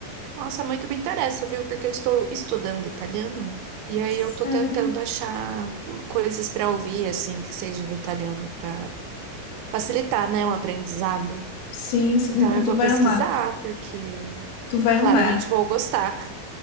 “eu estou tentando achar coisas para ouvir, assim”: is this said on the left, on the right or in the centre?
Right